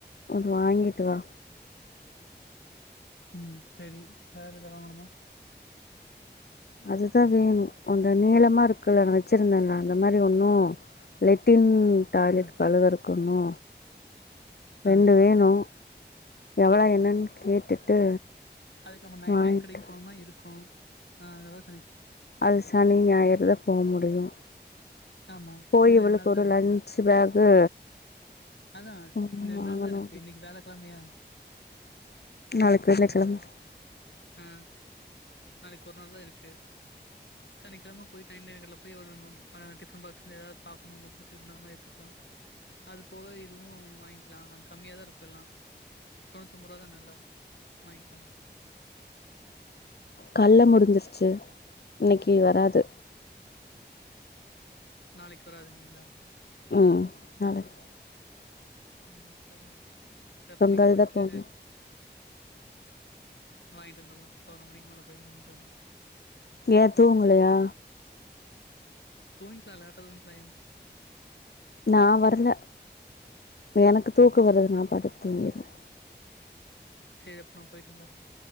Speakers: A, on the left (about 65°); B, on the left (about 80°).
A: அது வாங்கிட்டு வா
B: ம் செரி வேற எதா வாங்கணுமா
A: அதுதா வேணு அந்த நீளமா இருக்குல்ல நா வெச்சிருந்தேன்ல அந்த மாரி ஒன்னு லெட்டின் ம் டாய்லெட்
B: ஆ,
A: கழுகருக்கு கொண்ணு ரெண்டு
B: ஆ.
A: வேணு எவ்வளோ என்னன்னு கேட்டுட்டு
B: அதுக்கு நம்ம நைன்
A: வாங்கிட்டு
B: நைன் கடைக்கு போனோம்னா இருக்கு ஆ அதாது
A: அது சனி ஞாயிறுதா போ முடியு
B: ஆமா.
A: போய்
B: இன்னும்
A: இவளுக்கு
B: நாள்
A: ஒரு
B: தான் இருக்கு.
A: லன்சு பேக்கு
B: அதான்
A: ம்
B: இன்னும்
A: வாங்கணு
B: நாள் தான் இருக்கு. இன்னைக்கு வியாழக்கிழமையா?
A: நாளைக்கு வேன கழம
B: ஆ. நாளைக்கு ஒரு நாள் தா இருக்கு சனிக்கிழம போயிட்டு நேர் போய் எவ்வளவுனு டிஃபன் பாக்ஸ்ந்து எதாவது பாகணு அவங்க புடிச்சிருந்தா அது மாதிரி எத்துக்கலா அது போக இதுவு வாங்கிக்கலா அங்க கம்மியாாதா இருக்கும் எல்லாம் தொண்ணூத்தி ஒன்ம்பது ரூவா தான் எல்லா வாங்கிக்கலா
A: கல்ல முடிஞ்சிருச்சு இன்னைக்கு வராது
B: நாளைக்கு வராதுங்கீங்களா
A: ம் நாளைக்கு
B: நாளைக்கு வராது சர் அப்ப
A: சுண்டல்தா
B: இன்னக்கி போய்ட்டு
A: போட்ணு
B: வாங்கிட்டு வந்தர்லா பதினொ மணிக்கு மேல போயி வாங்கிட்டு வர்லா
A: ஏ தூங்கலயா
B: தூங்கிக்லா லேட்டா தூங்கிக்லா ஏந்
A: நா வர்ல எனக்கு தூக்கொ வருது நா படுத்து தூங்கிருவே
B: சே அப்ப நா போயிட்டு வந்துறே